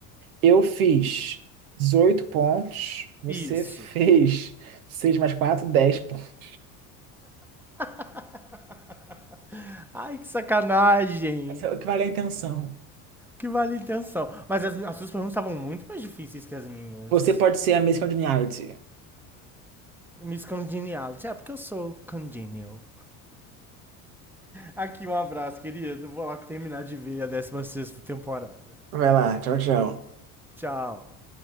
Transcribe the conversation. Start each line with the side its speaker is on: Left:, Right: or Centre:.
Right: Eu fiz 18 pontos, você
Centre: Isso.
Right: fez 6 mais 4 10 pontos.
Centre: <laughs> Ai, que sacanagem.
Right: Essa é o que vale a intenção.
Centre: Que vale a intenção. Mas as, as suas perguntas estavam muito mais difíceis que as minhas.
Right: Você pode ser a Miss Congeniality.
Centre: Miss Congeniality. É, porque eu sou congenial. Aqui um abraço, querido. Vou lá terminar de ver a décima sexta temporada.
Right: Vai lá, tchau, tchau.
Centre: Tchau.